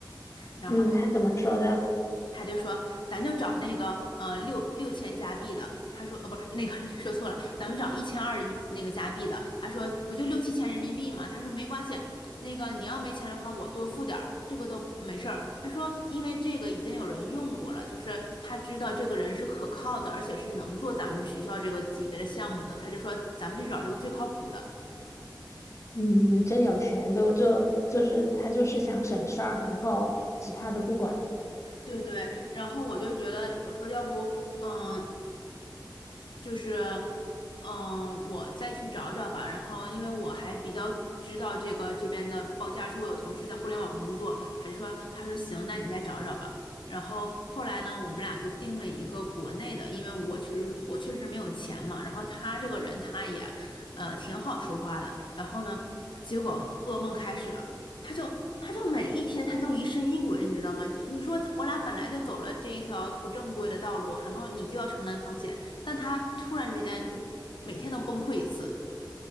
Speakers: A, on the left; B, on the left.
A: 然后
B: 嗯，他怎么说的？
A: 他就说，咱就找那个呃六六千加币的。他说，呃，不是那个 <laughs> 说错了，咱们找一千二那个加币的。他说，不就六七千人民币吗？他说没关系，那个你要没钱的话，我多付点儿，这个都没事儿。他说，因为这个已经有人用过了，就是他知道这个人是可靠的，而且是能做咱们学校这个级别的项目的。他就说，咱们就找这个最靠谱的。
B: 嗯，真有钱，就就就是他就是想省事儿，然后其他都不管。
A: 对对，然后我就觉得，我说要不，嗯、就是，嗯、我再去找找吧。然后，因为我还比较知道这个这边的报价，而且我有同事在互联网工作，他就说，他说行，那你再找找吧。然后后来呢，我们俩就定了一个国内的，因为我确实我确实没有钱嘛。然后他这个人他也，呃，挺好说话的。然后呢，结果噩梦开始了，他就。他就每一天他都疑神疑鬼，你知道吗？你你说我俩本来就走了这一条不正规的道路，然后你就要承担风险，但他突然之间就每天都崩溃一次，